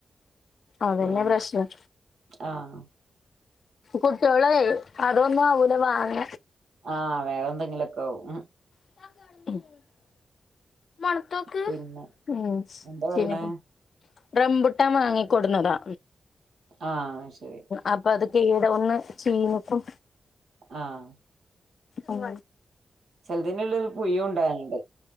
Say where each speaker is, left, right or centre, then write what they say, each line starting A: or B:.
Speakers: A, on the left; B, on the right.
A: അതെന്നെ
B: പിന്നെ
A: പ്രശ്നം
B: ആഹ്
A: കുട്ട്യാളെ അതൊന്നും ആവൂല വാങ്ങ
B: ആഹ് വേറെ എന്തെങ്കിലോക്കെ ആവും ഉം
A: ആ മണത്തോക്ക്
B: പിന്നെ
A: ഉം
B: എന്താ പറയണേ
A: ചീഞ്ക് ണു റംബുട്ടാൻ വാങ്ങിക്കൊടുന്നതാ
B: ആഹ് ശരി
A: അപ്പൊ അത് കീട ഒന്ന് ചീഞ്കുണു
B: ആഹ്
A: ഉം
B: ചെലതിനുള്ളൊരു പുഴു ഉണ്ടാവലിണ്ട്